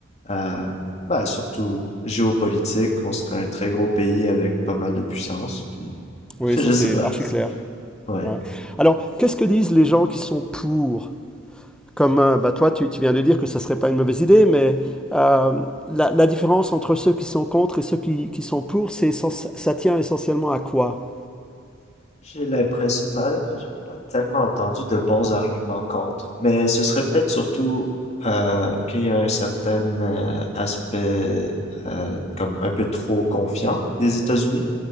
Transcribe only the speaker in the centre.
Oui,
ça
c'est
archi clair.
Ouais. Alors, qu'est-ce que disent les gens qui sont pour? Comme euh, bah, toi, tu, tu viens de dire que ça serait pas une mauvaise idée, mais euh, la, la différence entre ceux qui sont contre et ceux qui, qui sont pour, c'est essen- ça tient essentiellement à quoi?